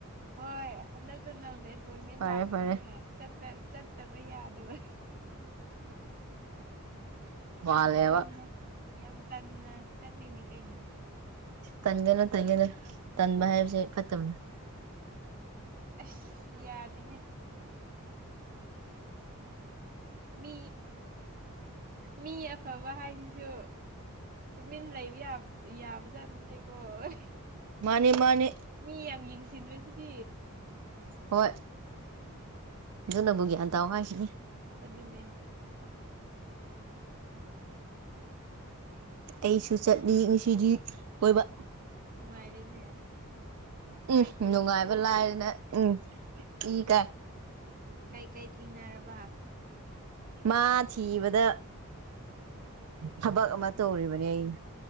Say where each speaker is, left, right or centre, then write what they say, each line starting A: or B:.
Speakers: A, on the right; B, on the right.
A: ꯍꯣꯏ ꯍꯟꯗꯛꯇ ꯅꯧꯅ ꯑꯦꯄꯣꯏꯟꯃꯦꯟ
B: ꯐꯔꯦ
A: ꯂꯥꯛꯄꯅꯤꯅ
B: ꯐꯔꯦ
A: ꯆꯠꯄ ꯆꯠꯇꯕ ꯌꯥꯗꯕ
B: ꯃꯥꯜꯂꯦꯕ
A: ꯌꯥꯝ ꯇꯟꯅ ꯌꯥꯝ ꯇꯟꯅ ꯆꯠꯂꯤꯅꯤ ꯀꯩꯅ
B: ꯇꯟꯒꯅꯣ ꯇꯟꯒꯅ ꯇꯟꯕ ꯍꯥꯏꯕꯁꯦ ꯐꯠꯇꯕꯅꯦ
A: ꯑꯁ ꯌꯥꯗꯅꯦ ꯃꯤ ꯃꯤ ꯑꯐꯕ ꯍꯥꯏꯁꯤꯁꯨ ꯇꯨꯃꯤꯟꯅ ꯂꯩꯕ ꯌꯥꯕ ꯌꯥꯕꯖꯥꯠ ꯅꯠꯇꯦꯀꯣꯣꯏ
B: ꯃꯥꯅꯦ ꯃꯥꯅꯦ
A: ꯃꯤ ꯌꯥꯝ ꯌꯦꯡꯁꯤꯟꯕꯁꯤꯗꯤ
B: ꯍꯣꯏ ꯑꯗꯨꯨꯂꯕꯨꯒ꯭ꯌꯥꯟ ꯇ ꯍꯥꯏꯁꯤꯅꯤ
A: ꯑꯗꯨ ꯑꯗꯨꯅꯦ
B: ꯑꯩꯁꯨ ꯆꯠꯂꯤ ꯉꯁꯤꯗꯤ ꯀꯣꯏꯕ
A: ꯅꯨꯡꯉꯥꯏꯔꯦꯅꯦ
B: ꯎꯝ
A: ꯀꯩꯀꯩ
B: ꯅꯨꯡꯉꯥꯏꯕ ꯂꯥꯏꯗꯅ ꯎꯝ ꯏ ꯀꯥꯏ
A: ꯀꯩꯀꯩ ꯊꯦꯡꯅꯔꯕ
B: ꯃꯥ ꯊꯤꯕꯗ ꯊꯕꯛ ꯑꯃ ꯇꯧꯔꯤꯕꯅꯤ ꯑꯩꯅ